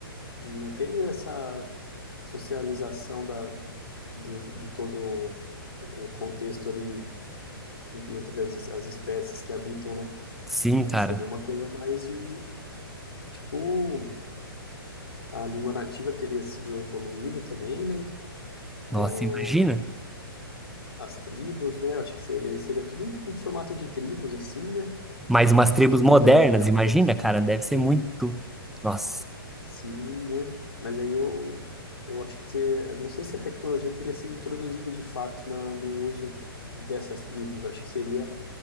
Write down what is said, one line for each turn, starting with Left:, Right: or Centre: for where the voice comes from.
Left: não teria essa socialização da, do, de todo o contexto ali entre as, as espécies que habitam, né?
Centre: Sim, cara.
Left: Seria uma coisa mais de, tipo, a língua nativa teria sido evoluindo também, né? Ou
Centre: Nossa, imagina.
Left: as tribos, né? Acho que seria, seria tudo em, em formato de tribos, assim, né?
Centre: Mas umas
Left: Essas
Centre: tribos
Left: tribos
Centre: modernas,
Left: daí, cada um
Centre: imagina,
Left: teria seus
Centre: cara,
Left: costumes,
Centre: deve ser muito. Nossa.
Left: sim, né? Mas aí eu, eu acho que, você- eu não sei se a tecnologia teria sido introduzida de fato na, no uso dessas tribos. Acho que seria,